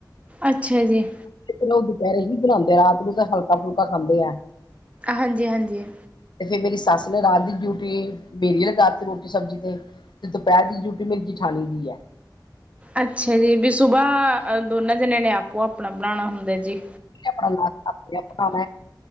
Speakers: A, on the right; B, on the left.
A: ਅੱਛਾ ਜੀ।
B: ਫਿਰ ਓ ਦੁਪੈਰੇ ਹੀ ਬਣਾਂਦੇ ਆ ਰਾਤ ਨੂੰ ਤਾਂ ਹਲਕਾ ਫੁਲਕਾ ਖਾਂਦੇ ਐ।
A: ਹਾਂਜੀ-ਹਾਂਜੀ
B: ਤੇ ਫਿਰ ਮੇਰੀ ਸੱਸ ਨੇ ਰਾਤ ਦੀ ਡਿਊਟੀ ਮੇਰੀ ਲਗਾ ਦਿੱਤੀ ਰੋਟੀ ਸਬਜ਼ੀ ਤੇ ਤੇ ਦੁਪੈਰ ਦੀ ਡਿਊਟੀ ਮੇਰੀ ਜੇਠਾਣੀ ਦੀ ਐ।
A: ਅੱਛਾ ਜੀ ਵੀ ਸੁਬਾਹ ਦੋਨਾਂ ਜਣਿਆਂ ਨੇ ਆਪੋ ਆਪਣਾ ਬਣਾਣਾ ਹੁੰਦਾ ਜੀ।
B: ਆਪਣਾ ਕਰ ਆਪਣੀਆਂ ਪਕਾਵਾਂ।